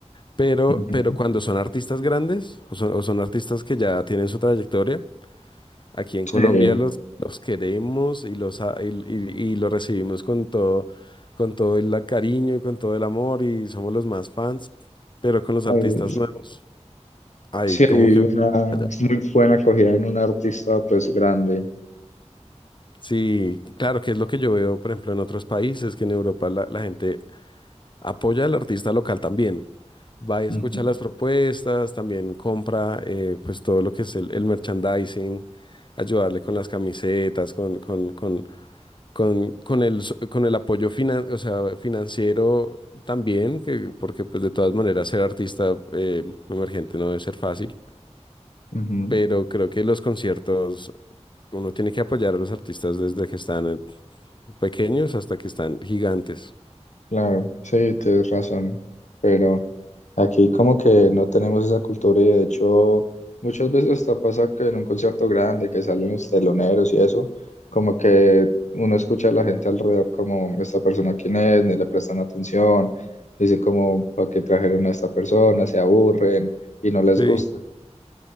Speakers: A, on the left; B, on the left.
A: Pero,
B: Ujú.
A: pero cuando son artistas grandes o son, o son artistas que ya tienen su trayectoria, Aquí en
B: Sí.
A: Colombia los, los queremos y los, a- y, y- y los recibimos con todo, con todo el la- cariño y con todo el amor y somos los más fans, pero con los
B: Ay,
A: artistas nuevos, ahí
B: Sí,
A: como
B: hay
A: que
B: una
A: falla.
B: muy buena acogida en un artista pues grande.
A: Sí, claro que es lo que yo veo, por ejemplo, en otros países, que en Europa la, la gente apoya al artista local también. Va y
B: Ujú,
A: escucha las propuestas, también compra eh, pues todo lo que es el, el merchandising, ayudarle con las camisetas, con, con, con, Con, con el, so- con el apoyo finan, o sea, financiero también, que, porque pues de todas maneras ser artista eh, emergente no debe ser fácil,
B: ujú,
A: pero creo que los conciertos, uno tiene que apoyar a los artistas desde que están eh, pequeños hasta que están gigantes.
B: Claro, sí, tienes razón. Pero aquí como que no tenemos esa cultura y de hecho muchas veces hasta pasa que en un concierto grande que salen los teloneros y eso, como que uno escucha a la gente alrededor como esta persona quién es, ni le prestan atención, dicen como para qué trajeron a esta persona, se aburren y no les
A: Sí,
B: gusta.